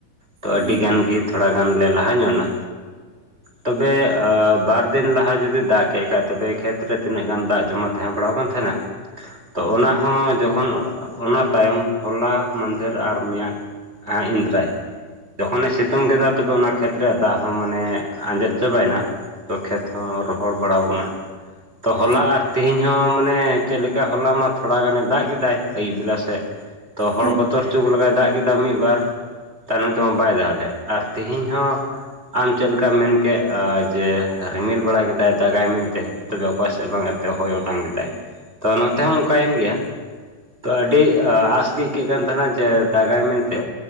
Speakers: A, on the right; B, on the right.
A: ᱛᱚ ᱟᱹᱰᱤ
B: ᱦᱮᱸ
A: ᱜᱟᱱ ᱜᱮ ᱛᱷᱚᱲᱟ ᱜᱟᱱ ᱞᱮ ᱞᱟᱦᱟ ᱧᱚᱜ ᱱᱟ ᱛᱚᱵᱮ ᱵᱟᱨ ᱫᱤᱱ ᱞᱟᱦᱟ ᱡᱩᱫᱤ ᱫᱟᱜ ᱠᱷᱮᱜ ᱠᱷᱟᱡ ᱛᱚᱵᱮ ᱠᱷᱮᱛ ᱨᱮ ᱛᱤᱱᱟᱹᱜ ᱜᱟᱱ ᱫᱟᱜ ᱡᱚᱢᱟ ᱛᱟᱦᱮᱸ ᱵᱟᱲᱟᱣᱠᱟᱱ ᱛᱟᱦᱮᱱᱟ ᱛᱚ ᱚᱱᱟ ᱦᱚᱸ ᱡᱚᱠᱷᱚᱱ ᱚᱱᱟ ᱛᱟᱭᱚᱢ ᱦᱚᱞᱟ ᱢᱫᱷᱮᱨ ᱟᱨ ᱢᱮᱭᱟᱝ ᱟ ᱤᱱᱫᱨᱟᱭ ᱡᱚᱠᱷᱚᱱᱮ ᱥᱤᱛᱩᱝ ᱠᱮᱫᱟ ᱛᱚᱵᱮ ᱚᱱᱟ ᱠᱷᱮᱛ ᱨᱮ ᱫᱟᱜ ᱦᱚᱸ ᱢᱟᱱᱮ ᱟᱸᱡᱮᱫ ᱪᱟᱵᱟᱭ ᱮᱱᱟ ᱛᱚ ᱠᱷᱮᱛ ᱦᱚᱸ ᱨᱚᱦᱚᱲ ᱵᱟᱲᱟᱣ ᱠᱟᱱᱟ ᱛᱚ ᱦᱚᱞᱟ
B: ᱦᱮᱸ
A: ᱟᱨ ᱛᱮᱦᱮᱧ ᱦᱚᱸ ᱢᱟᱱᱮ ᱪᱮᱫ ᱞᱮᱠᱟ ᱦᱚᱞᱟ ᱢᱟ ᱛᱷᱚᱲᱟ ᱜᱟᱱᱮ ᱫᱟᱜ ᱠᱮᱫᱟᱭ ᱟᱹᱭᱩᱵ ᱵᱮᱞᱟ ᱥᱮᱫ ᱛᱚ ᱦᱚᱲ
B: ᱦᱳᱭ
A: ᱵᱚᱛᱚᱨ ᱪᱩ ᱞᱮᱠᱟᱭ ᱫᱟᱜ ᱠᱮᱫᱟ ᱢᱤᱫᱵᱟᱨ ᱛᱟᱭᱱᱚᱢ ᱛᱮᱢᱟ ᱵᱟᱭ ᱫᱟᱜ ᱞᱮᱫ ᱟᱨ ᱛᱮᱤᱦᱤᱧ ᱦᱚᱸ ᱟᱢ ᱪᱮᱫ ᱞᱮᱠᱟᱢ ᱢᱮᱱ ᱠᱮᱫ ᱡᱮ ᱨᱤᱢᱤᱞ ᱵᱟᱲᱟ ᱠᱮᱫᱟᱭ ᱫᱟᱜᱟᱭ ᱢᱮᱱ ᱛᱮ ᱚᱠᱟᱥᱮᱫ ᱵᱟᱝᱛᱮ ᱦᱚᱭ ᱚᱴᱟᱝ ᱠᱮᱫᱟ ᱛᱚ ᱱᱚᱛᱮ ᱦᱚᱸ ᱚᱱᱠᱟᱭᱮᱱ ᱜᱮᱭᱟ ᱟᱹᱰᱤ ᱟᱥ ᱜᱮ ᱟᱹᱭᱠᱟᱹᱜ ᱠᱟᱱ ᱛᱟᱦᱮᱱᱟ ᱡᱮ ᱫᱟᱜᱟᱭ ᱢᱮᱱᱛᱮ